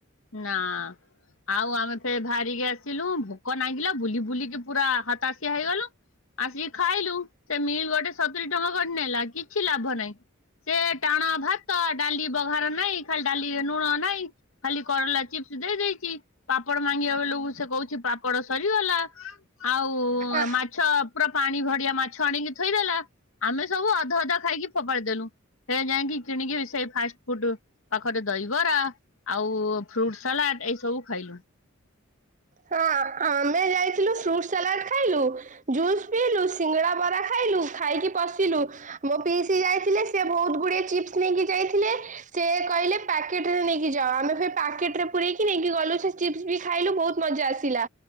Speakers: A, on the left; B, on the right.
A: ନା ଆଉ ଆମେ ଫେରେ ବାହାରିକି ଆସିଲୁ ଭୋକ ନାଗିଲା ବୁଲି ବୁଲିକି ପୁରା ହାତାଶିଆ ହେଇଗଲୁ ଆସିକି ଖାଇଲୁ ସେ ମିଲ୍ ଗୋଟେ ସତୁରି ଟଙ୍କା କରି ନେଲା କିଛି ଲାଭ ନାହିଁ ସେ ଟାଣ ଭାତ ଡାଲି ବଘାର ନାଇଁ ଖାଲି ଡାଲିରେ ଲୁଣ ନାଇଁ। ଖାଲି କରଲା ଚିପ୍ସ ଦେଇ ଦେଇଛି। ପାପଡ ମଙ୍ଗିବା ବେଲକୁ ସେ କହୁଛି ପାପଡ଼ ସରିଗଲା। ଆଉ
B: ଆ
A: ମାଛ ପୁରା ପାଣି ଭର ଡିଆ ମାଛ ଆଣିକି ଥୋଇଦେଲା ଆମେ ସବୁ ଅଧ ଅଧା ଖାଇକି ଫୋପାଡ଼ି ଦେଲୁ ସେ ଯାଇକି କିଣିକି ସେଇ ଫାଷ୍ଟ ଫୁଡ ପାଖରେ ଦହିବରା ଆଉ ଫ୍ରୁଟ ସାଲାଡ ଏଇ ସବୁ ଖାଇଲୁ।
B: ହଁ ଆମେ ଯାଇଥିଲୁ ଫ୍ରୁଟ ସାଲାଡ ଖାଇଲୁ ଜୁସ୍ ପିଇଲୁ ସିଙ୍ଗଡା ବରା ଖାଇଲୁ ଖାଇକି ବସିଲୁ ମୋ ପି ସି ଯାଇଥିଲେ ସେ ବହୁତ ଗୁଡେ ଚିପ୍ସ ନେଇକି ଯାଇଥିଲେ ସେ କହିଲେ ପ୍ୟାକେଟରେ ନେଇକି ଯାଅ ଆମେ ଫେ ପ୍ୟାକେଟ ରେ ପୁରେଇକି ନେଇକି ଗଲୁ ସେ ଚିପ୍ସ ବି ଖାଇଲୁ ବହୁତ ମଜା ଆସିଲା